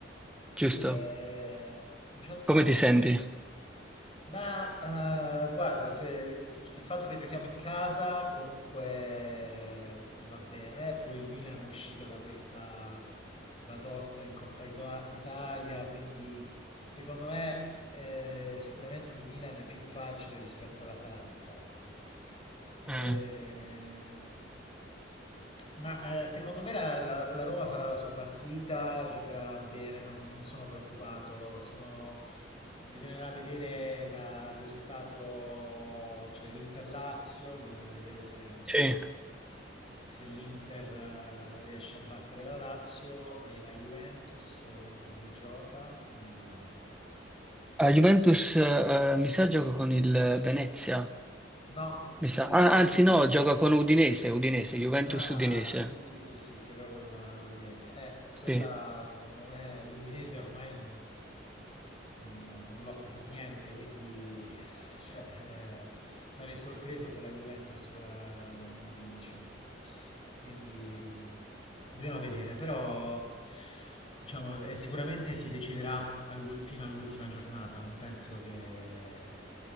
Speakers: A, on the left; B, in the centre.
A: Sì,
B: giusto?
A: è 18
B: Come
A: maggio?
B: ti senti?
A: Ma eh, guarda, se- il fatto che giochiamo in casa comunque va bene, eh. poi il Milan è uscito da questa batosta in Coppa Ito- Italia, quindi Secondo me, eh, sicuramente il Milan è più facile rispetto all'Atalanta, ecco. Eh,
B: Mm,
A: ma eh, secondo me la, la- la Roma farà la sua partita, giocherà bene, non, non sono preoccupato. Sono, Bisognerà vedere dal risultato, cioè Inter-Lazio, bisogna vedere se,
B: Sì,
A: se l'Inter eh, riesce a battere la Lazio e la Juventus contro chi gioca, non mi ricordo. Il-
B: A Juventus, eh, mi sa, gioca con il Venezia,
A: No,
B: mi sa.
A: il Venezia
B: Ah, anzi,
A: è l'ultimo.
B: no, gioca con Udinese, Udinese, Juventus-Udinese.
A: Ah, sì, sì, sì, sì, gioca con l'Udinese. Eh, e quella,
B: Sì,
A: secondo me, l'Udinese ormai non, non- non lotta per niente, quindi <laughs> s- cioè, eh, sarei sorpreso se la Juventus, eh, non vince. Quindi, mh, dobbiamo vedere, però, diciamo, eh, sicuramente si deciderà f- all'u- fino all'ultima giornata, non penso che